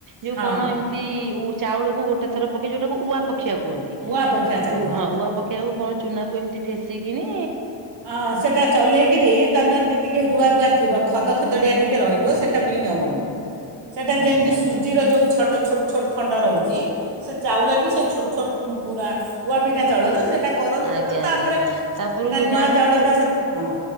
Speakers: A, on the right; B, on the right.
A: ଯୋଉ
B: ହଁ
A: କଣ? ତି ଚାଉଳକୁ ଗୋଟେ ଥର ପକେଇ ଯୋଉଟାକୁ ଉଆ ପକ୍ଷିଆ କୁହନ୍ତି
B: ଉଆ ଅପେକ୍ଷା
A: ତାକୁ
B: ଚାଉଳ
A: ହଁ ଉଆ ପ କ୍ଷିଉ କଣ ଚୁନାକୁ ଏମିତି ଫେସିକିଣି।
B: ଅ ସେଟା ଚଲେଇକିରି ତାନୱାନ ଯେତିକି କ୍ଯୁବ ରୁଆ ରୁଆ ଥିବ ଖଦଳ ଖଦ ଡିଆ ଟିକେ ରହିବ ସେଇଟା ମିନ୍ ହେବନି। ସେଇଟା ଯେମିତି
A: ଆଚ୍ଛା ଆଚ୍ଛା
B: ସୁଜିର ଯୋଉ ଛଡ଼ ଛୋଟ ଛୋଟ ଖଣ୍ଡ ରହୁଛି ସେ ଚାଉଳ ବି ସେ ଛୋଟ ଛୋଟ। ପୁରା ଉଆପିକା ଚାଉଳ ଯେ ସେଇଟା କରନ୍ତି
A: ଆଜ୍ଞା
B: ନା ତାପରେ
A: ଆଜ୍ଞା ତାପରୁ
B: ନା ନୂଆ
A: ଜାଣନ୍ତୁ
B: ଚାଉଳଟା ସେ ହଁ।